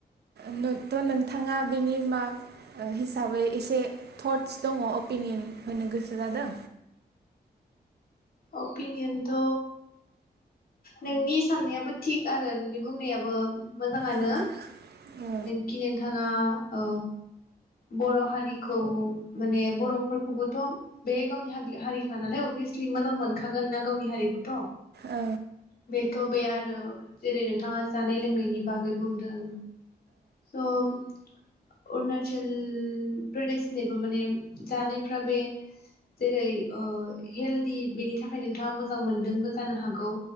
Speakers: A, on the right; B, on the left.
A: नोन थ' नोंथाङा बेनि सिमा हिसाबै एसे टट्स दङ अपिनियन होनो गोसो जादों
B: अपिनियनथ' नोंनि साननायाबो थिग आरो नोंनि बुंनायाबो मोजाङानो
A: ओ ओ
B: खि नोंथाङा औ बर' हारिखौ माने बर'फोरखौबोथ' बे गावनि हारि हारिखा नालाय अभियासलि मोजां मोनखागोन ना गावनि हारिखौथ'
A: ओ
B: बे थ' बे आरो जेरै नोंथाङा जानाय लोंनायनि बागै बुंदों स' अरुणाचल प्रदेशनिबो माने जानायफ्रा बे जेरै हेल्थ बेनि थाखाय नोंथाङा मोजां मोन्दोंबो जानो हागौ